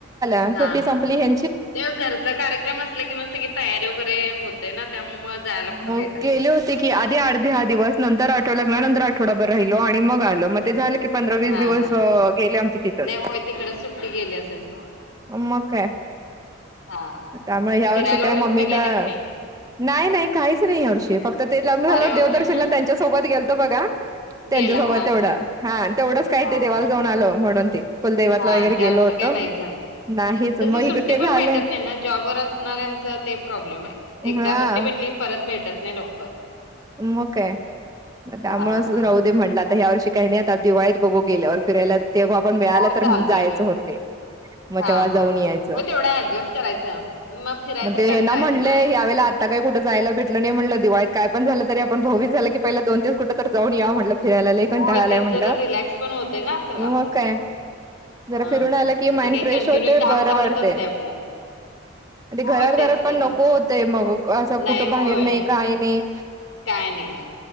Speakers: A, on the right; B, on the left.
A: आणि
B: हा
A: सुटी संपली
B: हा.
A: हें
B: घरचा कार्यक्रम असलं किं मग सगळी तयारी वगैरे होते ना, त्यामुळं मग जायला कुठं
A: हो
B: भेटत
A: गेली
B: नाही.
A: होती की, आधी अर् द दहा दिवस, नंतर आठवडा लागला, नंतर आठवडाभर राहिलो, आणि मग आलो मग. ते झालं की पंधरा
B: हा
A: वीस दिवस
B: हा हा.
A: गेले आमचे तिथच.
B: नाही होय तिकडं सुट्टी गेली असेल थोडं.
A: अमग काय.
B: हा हा.
A: त्यामुळे
B: मग
A: या
B: फिरायला
A: वर्षी काय
B: वगैरे
A: मम्मीला
B: कुठे गेला की नाही?
A: नाही नाही काय. काहीच नाही ह्या वर्षी, फक्त ते लग्न झाल्यावर
B: अरे बापरे!
A: देवदर्शनला त्यांच्यासोबत गेलतो बघा त्यांच्यासोबत
B: गेला. हा
A: तेवढं,,
B: हा
A: हा तेवढंच, काय
B: हा.
A: ते देवाला जाऊन आलो, म्हणून ते कुलदैवतला
B: हा,,
A: वगैरे
B: त्यानंतर
A: गेलो होतो
B: काय नाहीच झालं.
A: नाहीच
B: तसं
A: मग
B: सुट्टी
A: इकडे ते
B: पण
A: झालं
B: भेटत नाही ना जॉबवर असणाऱ्यांचा ते प्रॉब्लेम आहे. एकदा
A: हा
B: सुट्टी भेटली परत भेटत नाही लवकर
A: म काय मग त्यामुळे
B: हा
A: असंच
B: हा
A: राहू दे म्हटलं आता ह्या वर्षी काही नाही आता दिवाळीत बघू गेल्यावर फिरायला तेव्हा आपण मिळालं
B: हो
A: तर
B: चालतय
A: जायचं
B: की
A: होते. म
B: हा
A: तेव्हा जाऊन
B: हा
A: यायचं
B: हो तेवढा ऍडजस्ट करायचं फिराय
A: मग
B: तरी
A: ते
B: कधी
A: हे ना
B: जायचं
A: म्हनले यावेेळेला आता काय कुठं जायला भेटल नाही म्हटलं, दिवाळीत काय पण झालं तर, आपण भाऊबीज झालं की पहिला दोन दिवस कुठं तर जाऊन याव म्हटलं. फिरायला लय
B: होय
A: कंटाळा आलाय
B: ते
A: म्हटलं
B: जरा रिलॅक्स पण होते ना सगळं आपला
A: मग काय जरा
B: हा
A: फिरून आलं की
B: नाही
A: माइंड
B: तर काही
A: फ्रेश
B: कंटिन्यू
A: होतेय,
B: काम
A: बरं
B: चालूच
A: वाटतय.
B: असतय आपलं
A: ण ते
B: हो
A: घरात
B: तेच
A: घरात
B: की
A: पण नको होतय मग असं
B: नाही
A: कुठं बाहेर
B: होय
A: नाही, काय नाही.
B: काय नाही,